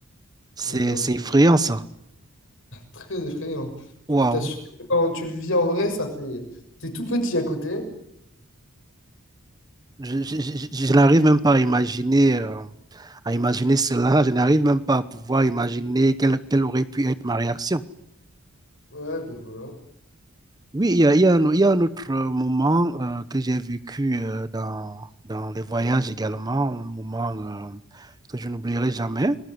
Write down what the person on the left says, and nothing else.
Donc voilà,
très effrayant. Je
peux t'assurer que quand tu le vis en vrai, ça fait... T'es tout petit à côté.
Ouais, ben voilà.